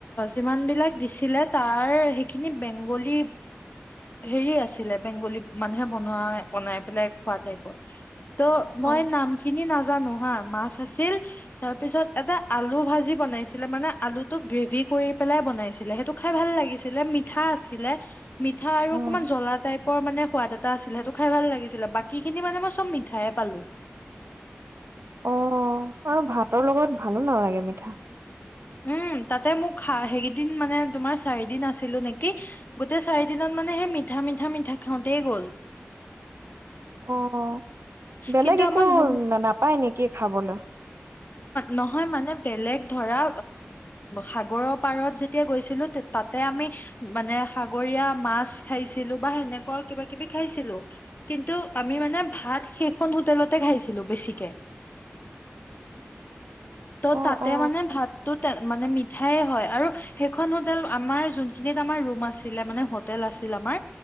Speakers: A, on the left; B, on the right.
A: যিমান বিলাক দিছিলে তাৰ সেইখিনি বেংগলী হেৰি আছিলে বেংগলী মানুহে বনোৱা বনাই পেলাই খোৱা টাইপৰ ত মই
B: অ
A: নাম খিনি না জানো হা মাছ আছিল তাৰপিছত এটা আলু ভাজি বনাইছিলে মানে আলুতো গ্ৰেভি কৰি পেলাই বনাইছিলে সেইটো খাই ভাল লাগিছিল মিঠা আছিলে মি ঠা আৰু
B: উম
A: অকনমান জ্বলা টাইপ বৰ মানে সোৱাদ এটা আছিলে সেইটো খাই ভাল লাগিছিলে বাকী খিনি মানে মই চব মিঠাই পালো
B: অ আৰু ভাতৰ লগত ভালো নালাগে মিঠা
A: উম তাতে মোক খা সেইকেইদিন মানে তোমাৰ চাৰিদিন আছিলো নেকি গোটেই চাৰিদিনত মানে সেই মিঠা মিঠা মিঠা খাওঁতেই গ'ল
B: অহ বেলেগ
A: কিন্তু
B: একো
A: আমাক যোন
B: নাপায় নেকি খাবলৈ
A: নহয় মানে বেলেগ ধৰা সাগৰৰ পাৰত যেতিয়া গৈছিলোঁ তাতে আমি মানে সাগৰীয়া মাছ খাইছিলোঁ বা সেনেকোৱা কিবা কিবি খাইছিলোঁ কিন্তু আমি মানে ভাত সেইখন হোটেলতে খাইছিলো বেছিকে ত'
B: অ
A: তাতে
B: অ
A: মানে ভাত তো তে মানে মিঠাইয়ে হয় আৰু সেইখন হোটেল আমাৰ যোনখিনিত আমাৰ ৰুম আছিলে মানে হোটেল আছিল আমাৰ